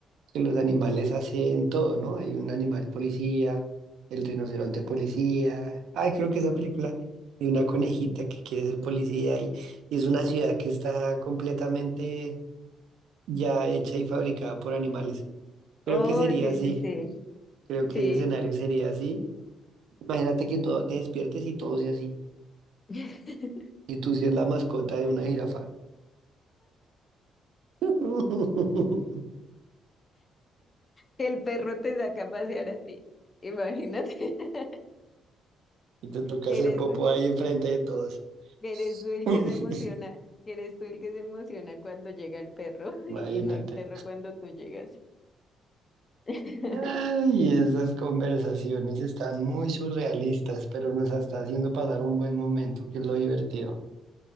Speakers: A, on the right; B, on the left.
A: que los animales hacen todo, ¿no? Hay un animal policía, el rinoceronte policía. Ay, creo que esa película de una conejita que quiere ser policía y, y es una ciudad que está completamente ya hecha y fabricada por animales. Creo
B: Oh,
A: que sería
B: sí,
A: así.
B: sí, sí.
A: Creo que
B: Sí.
A: ese escenario sería así. Imagínate que todo te despiertes y todo sea así.
B: <laughs>
A: Y tú seas la mascota de una jirafa. <laughs>
B: Que el perro te saca a pasear a ti. Imagínate <laughs>
A: Y te toca
B: que
A: hacer
B: eres
A: popo ahí enfrente de todos.
B: que eres tú el
A: <laughs>
B: que se emociona, que eres tú el que se emociona cuando llega el perro <laughs>
A: Imagínate.
B: y no el perro cuando tú llegas. <laughs>
A: Ay, esas conversaciones están muy surrealistas, pero nos está haciendo pasar un buen momento, que es lo divertido.